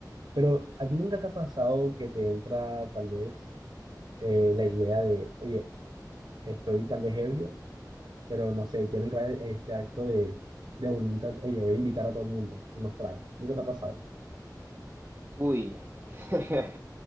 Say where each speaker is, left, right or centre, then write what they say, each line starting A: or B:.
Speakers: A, on the right; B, on the right.
A: Pero
B: Sí.
A: a ti nunca te ha pasado que te entra tal vez eh, la idea de, oye, estoy tal vez ebrio, pero no sé, quiero entrar en este acto de, de voluntad, oye, voy a invitar a todo el mundo unos tragos. Nunca te ha pasado.
B: Uy. <laughs>